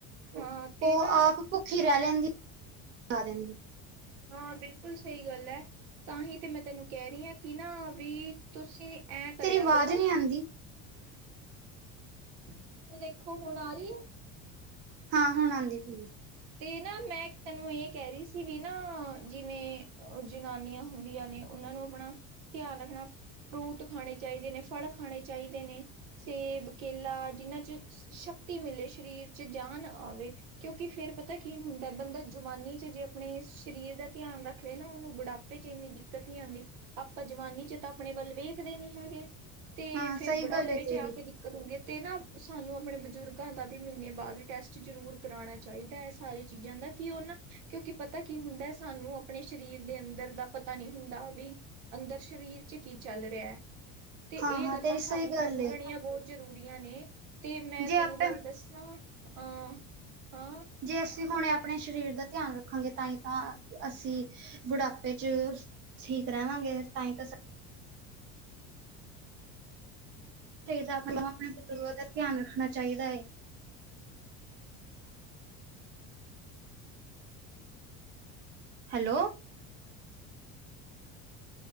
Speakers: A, on the right (about 35°); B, on the right (about 80°).
A: ਉਹ
B: ਹਾਂ ਤੇ ਨਾ
A: ਆਪ ਭੁੱਖੀ ਰਹਿ ਲੈਂਦੀ ਲ ਦਦੀ
B: ਹਾਂ ਬਿਲਕੁਲ ਸਹੀ ਗੱਲ ਹੈ ਤਾਂ ਹੀ ਤੇ ਮੈਂ ਤੈਨੂੰ ਕਹਿ ਰਹੀ ਹਾਂ ਕਿ ਨਾ ਵੀ ਤੁਸੀਂ ਐਂ ਕਰਿਆ
A: ਤੇਰੀ ਆਵਾਜ਼
B: ਕਰੋ
A: ਨਹੀਂ ਆਂਦੀ
B: ਹੁਣ ਦੇਖੋ ਹੁਣ ਆ ਰਹੀ ਆ
A: ਹਾਂ ਹੁਣ ਆਉਂਦੀ ਪਏ
B: ਤੇ ਨਾ ਮੈਂ ਤੈਨੂੰ ਇਹ ਕਹਿ ਰਹੀ ਸੀ ਵੀ ਨਾ ਜਿਵੇਂ ਜਨਾਨੀਆਂ ਹੁੰਦੀਆਂ ਨੇ ਉਹਨਾਂ ਨੂੰ ਆਪਣਾ ਧਿਆਨ ਰੱਖਣਾ ਫਰੂਟ ਖਾਣੇ ਚਾਹੀਦੇ ਨੇ ਫਲ ਖਾਣੇ ਚਾਹੀਦੇ ਨੇ ਸੇਬ ਕੇਲਾ ਜਿਹਨਾਂ ਚ ਸ਼ਕਤੀ ਮਿਲੇ ਸਰੀਰ ਚ ਜਾਨ ਆਵੇ ਕਿਉਂਕਿ ਫੇਰ ਪਤਾ ਕੀ ਹੁੰਦਾ ਬੰਦਾ ਜਵਾਨੀ ਚ ਜੇ ਆਪਣੇ ਸਰੀਰ ਦਾ ਧਿਆਨ ਰੱਖਦੇ ਨਾ ਉਹਨੂੰ ਬੁਢਾ ਚ ਇੰਨੀ ਦਿੱਕਤ ਨੀ ਆਉਂਦੀ ਆਪਾਂ ਜਵਾਨੀ ਚ ਤਾਂ ਆਪਣੇ ਵੱਲ ਵੇਖਦੇ ਨੀ ਹੈਗੇ ਤੇ
A: ਹਾਂ
B: ਫੇਰ
A: ਸਹੀ
B: ਬੁਢਾਪੇ
A: ਗੱਲ ਏ
B: ਚ
A: ਤੇਰੀ
B: ਆ ਦਿਕਤ ਦਿਖਤ ਤੇ ਨਾ ਸਾਨੂੰ ਆਪਣੇ ਬਜ਼ੁਰਗਾਂ ਦਾ ਵੀ ਮਹੀਨੇ ਬਾਅਦ ਟੈਸਟ ਜ਼ਰੂਰ ਕਰਾਉਣਾ ਚਾਹੀਦਾ ਹੈ ਸਾਰੀ ਚੀਜ਼ਾਂ ਦਾ ਕਿ ਉਹ ਨਾ ਕਿਉਂਕਿ ਪਤਾ ਕੀ ਹੁੰਦਾ ਸਾਨੂੰ ਆਪਣੇ ਸਰੀਰ ਦੇ ਅੰਦਰ ਦਾ ਪਤਾ ਨਹੀਂ ਹੁੰਦਾ ਵੀ ਅੰਦਰ ਸਰੀਰ ਚ ਕੀ ਚੱਲ ਰਿਹਾ ਹੈ ਤੇ
A: ਹਾਂ-ਹਾਂ
B: ਇਹ ਗੱਲਾਂ
A: ਤੇਰੀ
B: ਸਾਨੂੰ
A: ਸਹੀ
B: ਸਮਝਣੀਆਂ
A: ਗੱਲ ਏ
B: ਬਹੁਤ ਜ਼ਰੂਰੀਆਂ ਨੇ ਤੇ ਮੈਂ
A: ਜੇ
B: ਤੈਨੂੰ
A: ਆਪੇ
B: ਗੱਲ ਦੱਸਾਂ ਅਹ ਹਾਂ ਅਹ ਹਾਂ
A: ਜੇ ਅਸੀਂ ਹੁਣੇ ਆਪਣੇ ਸਰੀਰ ਦਾ ਧਿਆਨ ਰੱਖਾਂਗੇ ਤਾਂ ਹੀ ਤਾਂ ਅਸੀਂ ਬੁਢਾਪੇ ਚ ਠੀਕ ਰਹਿਵਾਂਗੇ ਤਾਂਹੀ ਤਾਂ ਚਾਹੀਦਾ ਆਪਾਂ ਨੂੰ ਆਪਣੇ ਬਜ਼ੁਰਗਾਂ ਦਾ ਧਿਆਨ ਰੱਖਣਾ ਚਾਹੀਦਾ ਹੈ ਹੈਲੋ